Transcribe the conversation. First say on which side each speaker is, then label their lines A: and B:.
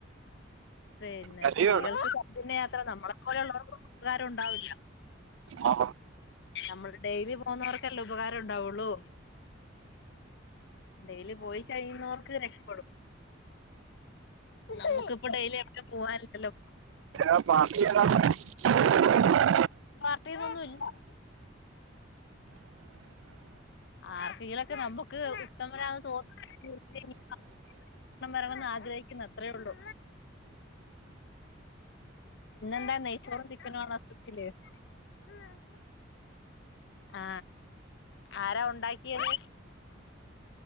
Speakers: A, on the left; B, on the right.
A: പിന്നെ
B: കരയുവാണ്
A: സ്ത്രീകൾക്ക് അത്ര നമ്മളെ പോലെയുള്ളവർക്ക് ഉപകാരം ഉണ്ടാവില്ല
B: ആ
A: നമ്മൾ ഡെയിലി പോകുന്നവർക്കെല്ലാം ഉപകാരം ഉണ്ടാവുള്ളൂ. ഡെയിലി പോയി കഴിയുന്നവർക്ക് രക്ഷപ്പെടും. നമുക്കിപ്പ ഡെയിലി എവിടെ പോവാൻല്ലല്ലോ
B: അ ബാ <unintelligible>
A: വാർത്തേലൊന്നുംല്ല ആർക്കേകിലൊക്കെ നമ്മക്ക് ത ആ <unintelligible> ണം വരണംന്ന് ആഗ്രഹിക്കുന്നു അത്രയേ ഉള്ളൂ ഇന്നെന്താ നെയ്ച്ചോറും ചിക്കനുആണോ <unintelligible> ആ ആരാ ഉണ്ടാക്കിയത്